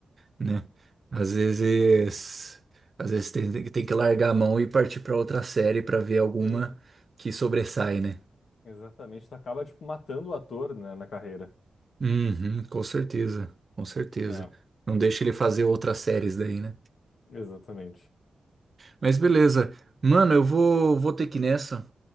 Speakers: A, on the right (about 45°); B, on the left (about 80°).
A: né? Às vezes, às vezes tem, tem que largar a mão e partir para outra série para ver alguma
B: Ex-
A: que sobressai, né?
B: Exatamente, tu acaba, tipo, matando o ator, né, na carreira.
A: Uhum, com certeza, com certeza.
B: É,
A: Não deixa ele fazer outras séries daí, né?
B: exatamente.
A: Mas beleza. Mano, eu vou, vou ter que ir nessa.